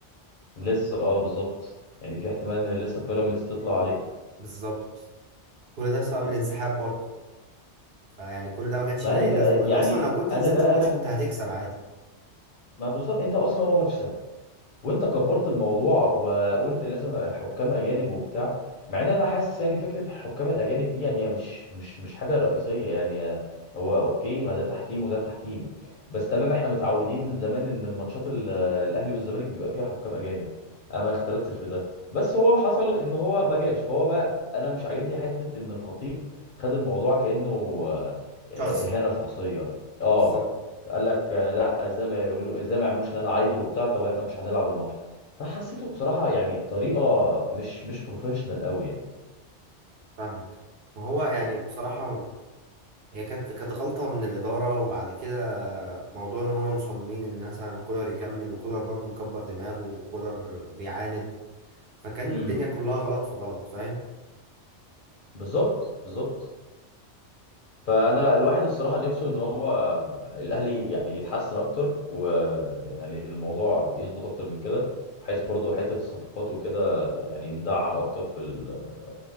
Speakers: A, on the left; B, on the right.
A: لسه اه بالظبط يعني في احتمال ان لسه بيراميدز تطلع عليك
B: بالظبط كل ده بسبب الانسحاب برضه فيعني كل ده ما كانش
A: ما
B: ليه
A: انا
B: اي
A: بقى
B: لازمه
A: يعني
B: انت اصلا لو كنت
A: انا
B: نزلت
A: بقى
B: الماتش كنت هتكسب عادي
A: ما بالظبط انت اصلا هو ماتش سهل وانت كبرت الموضوع وقلت لازم حكام اجانب وبتاع مع ان انا حاسس يعني فكره الحكام الاجانب دي يعني هي مش مش مش حاجه رئيسيه يعني هو اوكي ما ده تحكيم وده تحكيم بس تمام احنا متعودين من زمان ان الماتشات ال- الاهلي والزمالك بيبقى فيها حكام اجانب انا ما اختلفتش في ده بس هو حصل ان هو ما جاش فهو بقى انا مش عاجبني حته ان الخطيب خد الموضوع كانه آه، اهانه
B: شخصي
A: شخصيه اه
B: بالظبط
A: قال لك آه، لا ازاي ما يقولوا ازاي ما يعملوش اللي انا عايزه وبتاع طب احنا مش هنلعب الماتش فحسيته بصراحه يعني طريقه مش مش بروفيشنال قوي يعني
B: فاهمك ما هو يعني بصراحة هي كانت كانت غلطة من الإدارة وبعد كده موضوع إن هما مصممين إن مثلا كولر يكمل وكولر برضه مكبر دماغه وكولر بيعاند فكان
A: امم
B: الدنيا كلها غلط في غلط فاهم؟
A: بالظبط بالظبط فانا الواحد الصراحه نفسه ان هو الاهلي يعني يتحسن اكتر ويعني الموضوع يظبط اكتر من كده بحيث برضو حته الصفقات وكده يعني ندعم اكتر في ال-